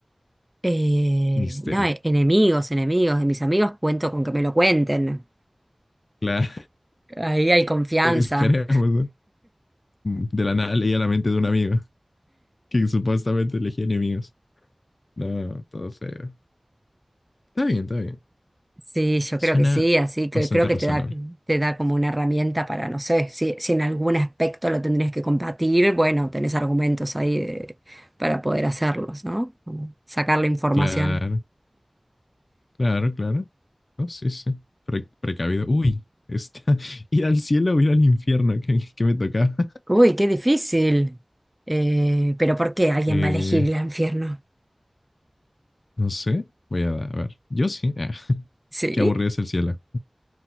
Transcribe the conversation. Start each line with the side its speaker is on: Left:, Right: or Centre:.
Right: Eh,
Left: Misterio.
Right: no, e- enemigos, enemigos. De mis amigos cuento con que me lo cuenten.
Left: Claro,
Right: Ahí hay confianza.
Left: <laughs> esperemos, ¿no? De la nada leía la mente de un amigo que supuestamente elegía enemigos. No, todo feo. Está bien, está bien.
Right: Sí, yo
Left: Suena
Right: creo que sí, así que
Left: bastante
Right: creo que
Left: razonable.
Right: te da, te da como una herramienta para, no sé, si, si en algún aspecto lo tendrías que combatir, bueno, tenés argumentos ahí de- para poder hacerlos, ¿no? Como sacar la información.
Left: Claro, claro, claro. No, sí, sí. Pre- precavido. Uy, está. <laughs> Ir al cielo o ir al infierno, que, me tocaba.
Right: Uy, qué difícil. Eh, pero ¿por qué alguien
Left: <laughs> Eh,
Right: va a elegir el infierno?
Left: No sé, voy a, a ver. Yo sí. Ah, <laughs>
Right: Sí,
Left: qué aburrido es el cielo.